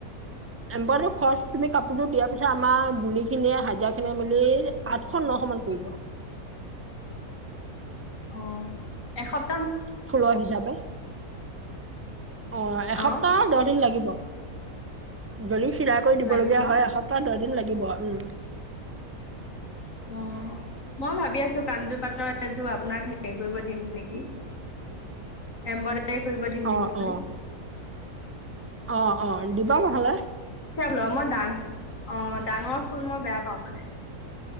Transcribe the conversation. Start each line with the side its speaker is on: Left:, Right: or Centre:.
Right: এমব্ৰইডাৰিটো খৰচ তুমি কাপোৰটো দিয়াৰ পিছত আমাৰ বুনিখিনিয়ে, হাজিৰা খিনিয়ে মিলি আঠশ নশ মান পৰিব।
Left: অ এসপ
Right: ফুলৰ হিচাপে, অ এসপ্তাহ
Left: অ',
Right: দহ দিন লাগিব। দলিত চিলাই কৰি দিবলগীয়া
Left: লাগিব ন?
Right: হয়, এসপ্তাহ দ দিন লাগিব, উম।
Left: অ, মই ভাবি আছো কাঞ্জো পাটৰ এযোৰ আপোনাক হেৰি কৰিব দিম নেকি এম হেৰি, কৰিব দিম
Right: অ
Left: নেকি বুলি।
Right: অ অ অ দিবা নহলে।
Left: ল মই ডা, অ ডাঙৰ ফুল মই বেয়া পাও মানে।